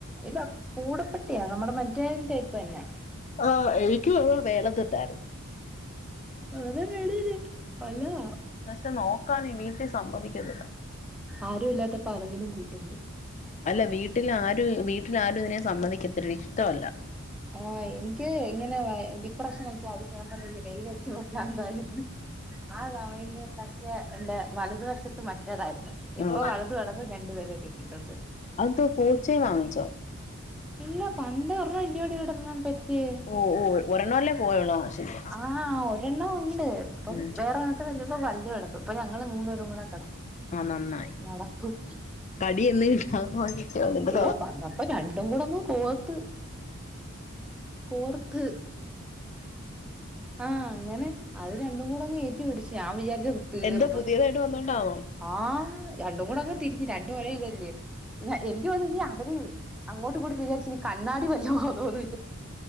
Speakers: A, in the centre; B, on the left.
A: ഇത് അ പൂട പട്ടി നമ്മുടെ മറ്റേന്റെ അത് തന്ന
B: ആ എനിക്കും ഒന്നു വേണമം എന്ന ഇണ്ടാർന്നു
A: വെറുതെ വെടിക് നല്ലതാ
B: പക്ഷെ നോക്കാൻ ഈ വീട്ടിൽ സമ്മതിക്കുന്നില്ല
A: ആരൂല്ലാത്തപ്പ അതെങ്കിലും കൂ ട്ടുണ്ട്.
B: അല്ല വീട്ടില് ആരും വീട്ടിലാരും ഇതിനെ സമ്മതിക്കത്തില്ല ഇഷ്ടമല്ല
A: ആ എനിക്ക് ഇങ്ങനെ ഡിപ്രഷനൊക്കെ അടിച്ച് ഞാൻ പറഞ്ഞില്ല ആ സമയങ്ങളിലൊക്കെ എന്റെ വലതു വശത്ത് മറ്റേതായിരുന്നു. ഇപ്പൊ
B: ഉം
A: വലതും ഇടതും രണ്ടുപേര് കിട്ടിട്ടുണ്ട്
B: അതെന്തോ പൂച്ചയെ വാങ്ങിച്ചോ
A: ഇല്ല പണ്ട് ഒരണ്ണം ഇടണ്ണം പെറ്റ്.
B: ഓ ഓ ഒരെണ്ണല്ലേ പോയുള്ളൂ ആ ശരി
A: ആ ഒ രണ്ടെണ്ണം ഉണ്ട് ഇപ്പം
B: ഉം
A: വേറെണ്ണത്തിനെ ഒരുദിവസം വൽ കിടക്കും ഇപ്പൊ ഞങ്ങള് മൂന്ന് പേരും കൂടെവകിടക്കുന്ന
B: ആ നന്നായി
A: നടപ്പ്
B: കടി എന്ന് കിട്ടാ നിന്റെ
A: ഓ വന്നപ്പോ രണ്ടും കൂടൊന്നും ത്ത് കോർത്ത് ആ അത് രണ്ടും കൂ ടെ ഏറ്റി പിടിച്ച്. ഞാൻ വിചാരിച്ച് തീർന്ന്.
B: എന്താ പുതിയതായിട്ട് വന്നോണ്ടാണോ
A: ആ രണ്ടും കൂടെ അങ്ങ് തിരിഞ്ഞ് രണ്ടും ഒരെ ഇതല്ലേ. എനിക്ക് തോനുന്നു അവര് അങ്ങോട്ടും ഇങ്ങോട്ടും വിചാരിച്ച് ഇനി കണ്ണാടി വല്ലോം ആണോന്നു.